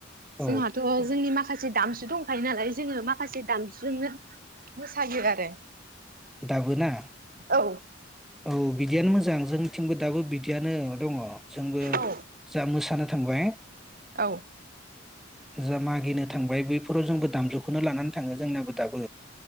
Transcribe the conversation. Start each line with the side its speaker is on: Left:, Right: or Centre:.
Centre: औ
Right: जोंहाथ' जोंनि मा माखासे दामजु दंखायो नालाय जोङो माखासे दामजुजोंनो मोसायो आरो।
Centre: दाबोना?
Right: औ
Centre: औ बिदियानो मोजां। जों थिंबो दाबो बिदियानो दङ जोंबो
Right: औ
Centre: जा मोसानो थांबाय
Right: औ
Centre: जा मागिनो थांबाय बैफोराव जोंबो दामजुखौनो लानानै थाङो जोंना बो दाबो